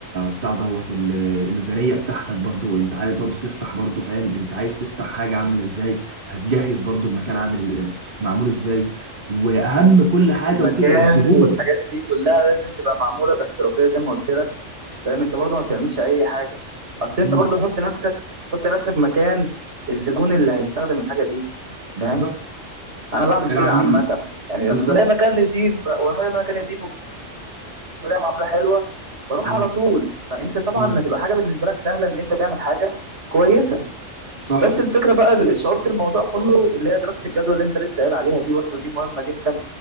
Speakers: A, on the right (about 45°); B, on the right (about 65°).
A: بتاع دوت ال- الميزانية بتاعتك برضو انت عايز برضو تفتح برضو فاهم انت عايز تفتح حاجة عاملة ازاي هتجهز برضو المكان عامل إز- معمول ازاي واهم
B: ال-
A: كل حاجة
B: المكان
A: وكده الزبون
B: والحاجات دي كلها لازم تبقى معموله باحترافيه زي ما قلت لك فاهم انت برضه ما بتعملش اي حاجه اصل انت
A: امم
B: برضه حط نفسك حط نفسك مكان الزبون اللي هيستخدم الحاجه دي
A: بالظبط
B: فاهم انا بعمل
A: العميل
B: كده عامه يعني
A: بالظبط
B: لما بلاقي مكان نضيف ب- وانا مكان نضيف وبلاقي معامله حلوه بروح
A: امم
B: على طول فانت طبعا
A: امم
B: هتبقى حاجه بالنسبه لك سهله ان انت تعمل حاجه كويسه
A: صح
B: بس الفكره بقى صعوبه الموضوع كله اللي هي دراسه الجدوى اللي انت لسه قايل عليها دي برضو دي مهمه جدا